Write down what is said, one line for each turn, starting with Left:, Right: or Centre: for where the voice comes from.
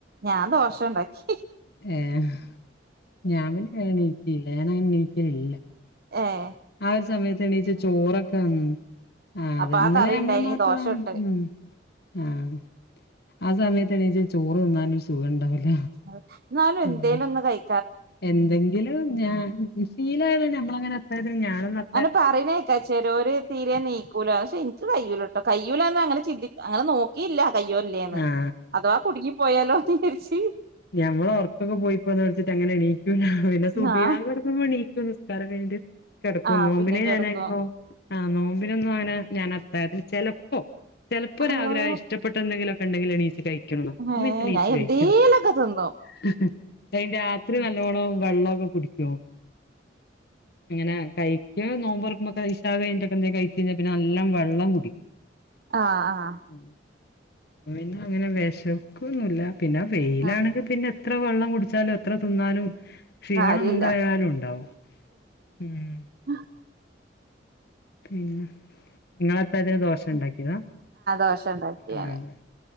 Right: ഞാൻ ദോശ ഉണ്ടാക്കി
Left: ഏഹ് ഞാൻ പിന്നെ എണീക്കില്ല ഞാനങ്ങനെ എണീക്കലില്ല
Right: ഏഹ്
Left: ആ ഒരു സമയത്ത് എണീച്ച ചോറൊക്ക <unintelligible> ആഹ് അതെ
Right: അപ്പൊ ആ
Left: ഇന്നലെ
Right: കറി
Left: നമ്മള്
Right: ഉണ്ടായിനി
Left: നോറ്റതാണ്
Right: ദോശ ചുട്ട്
Left: ഉം ആഹ് ആ സമയത്ത് എണീച്ചു ചോറ് തിന്നാനൊരു സുഖം ഉണ്ടാവൂല
Right: അഹ് എന്നാലും എന്തേലും
Left: ഉം
Right: ഒന്ന് കഴി
Left: എന്തെങ്കിലും ഞാൻ ശീലായത് ഞമ്മളങ്ങനെ അത്താഴത്തിന് ഞാനൊന്നും അ
Right: അങ്ങനെ പറയുന്നെ കേക്കാം ചെലോര് തീരെ എനീ ക്കൂല പക്ഷെ എനിക്ക് കയ്യുലട്ടോ കയ്യൂലാന്ന് അങ്ങനെ ചിന്തി അങ്ങന നോക്കിയില്ല കയ്യോ <unintelligible>
Left: ആ
Right: അഥവാ കുടുങ്ങി പോയാലോന്ന് വിചാരിച്ച്
Left: ഞമ്മള ഒറക്കൊക്കെ പോയ് പോവൊന്ന് പേടിച്ചിട്ട് അങ്ങനെ എണീക്കൂല പിന്നെ സുബ്ഹി
Right: ആ
Left: ബാങ്ക് കൊടുക്കുമ്പോ എണീക്കും നിസ് ക്കാരം കഴിഞ്ഞിട്ട് കെടക്കും
Right: ആ
Left: നോമ്പിനു
Right: പിന്നേം കെടക്കും
Left: ഞാനായിരുന്നു ആഹ് നോമ്പിനൊന്നും അങ്ങനെ ഞാന് അത്താഴത്തിന് ചെലപ്പോ ചെലപ്പോ
Right: അള്ളോ
Left: ഒരാഗ്രഹം ഇഷ്ടപ്പെട്ട എന്തെങ്കിലൊ ക്കെ ഒണ്ടെങ്കില് എണീച്ച് കഴിക്കണംന്ന് എന്നിട്ട്
Right: ഏ
Left: എണീച്ച്
Right: ഞാൻ എന്തേലൊക്കെ
Left: കഴിക്കും
Right: തിന്നും
Left: <unintelligible> രാത്രി നല്ലോണം വെള്ളൊക്ക കുടിക്കൊ അങ്ങനെ കഴിക്കാൻ നോമ്പ് തൊറക്ക്മ്പ കഴി ഇശാ കഴിഞ്ഞിട്ടെക്ക എന്തേലും കഴിച്ച് കഴിഞ്ഞാ പിന്നെ നല്ലം വെള്ളം കുടി
Right: ആഹ് ആഹ്
Left: ഉം പിന്നെ അങ്ങനെ വെശക്കൊന്നുല്ല പിന്നെ വെയിലാണെങ്കിൽ
Right: ആ
Left: പിന്നെ എത്ര വെള്ളം കുടിച്ചാലും എത്ര തിന്നാലും ക്ഷീണം
Right: കാര്യല്ല
Left: എന്തായാലും ഉണ്ടാവും മ്ഹ്
Right: <unintelligible>
Left: പിന്ന നിങ്ങള് ഇപ്പ ഇതില് ദോശ ഉണ്ടാക്കിയതാ
Right: ഭഷണം ഉണ്ടാക്കി
Left: ആഹ്
Right: ഞാന്